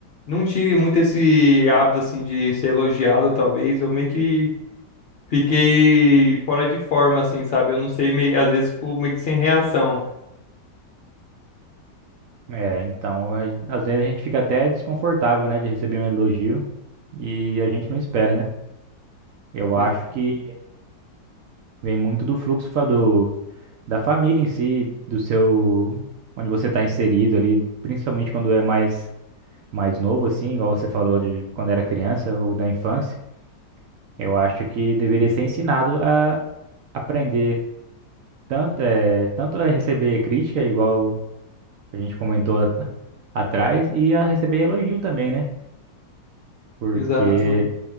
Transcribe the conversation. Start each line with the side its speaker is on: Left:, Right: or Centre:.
Left: não tive muito esse hábito, assim, de ser elogiado, talvez. Eu meio que fiquei fora de forma, assim, sabe? Eu não sei, meio... às vezes fico meio que sem reação.
Right: É, então a- às vezes a gente fica até desconfortável, né, de receber um elogio e a gente não espera, né? Eu acho
Left: Ex-
Right: que vem muito do fluxo fa- do, da família em si, do seu onde você está inserido ali, principalmente quando é mais mais novo, assim, igual você falou de quando era criança ou da infância. Eu acho que deveria ser ensinado a aprender tanto, eh, tanto a receber crítica, igual a gente comentou a- atrás, e a receber elogio também, né? Porque,
Left: Exato, mano.